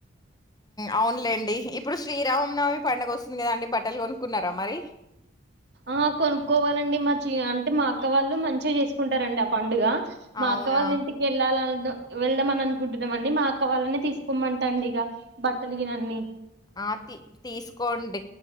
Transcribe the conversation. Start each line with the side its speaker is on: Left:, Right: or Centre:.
Left: అవునులేండి. ఇప్పుడు శ్రీరామనమి పండుగ వస్తుంది కదా అండి. బట్టలు కొనుక్కున్నారా మరి.
Right: ఆ కొనుక్కోవాలండి మా అంటే మా అక్క వాళ్ళు మంచిగా చేసుకుంటారండి ఆ పండుగ మా
Left: అవునా!
Right: అక్క వాళ్ళ ఇంటికి వెళ్ళాల వెళ్దామని అనుకుంటున్నాం అండి మా అక్క వాళ్ళనే తీసుకోమంట అండి ఇక బట్టలు గిన అన్ని
Left: ఆ తీ తీసుకోండి